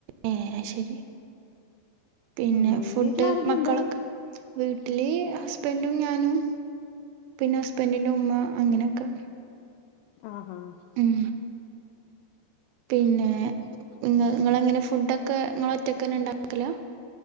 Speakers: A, on the right (about 85°); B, on the left (about 85°).
A: ഏ അത് ശരി പിന്നെ
B: ഉം
A: ഫുഡ്
B: വീട്ടിലാരൊക്കെയുണ്ട്
A: മക്കളൊക്കെ വീട്ടില് ഹസ്ബൻഡും ഞാനും പിന്നെ ഹസ്ബൻഡിന്റെ ഉമ്മ അങ്ങനെയൊക്കെ
B: ആഹ് ആഹ്
A: ഉം പിന്നെ നിങ്ങള് എങ്ങനെ ഫുഡൊക്കെ നിങ്ങള് ഒറ്റക്കന്നെ ഉണ്ടാക്കലാ?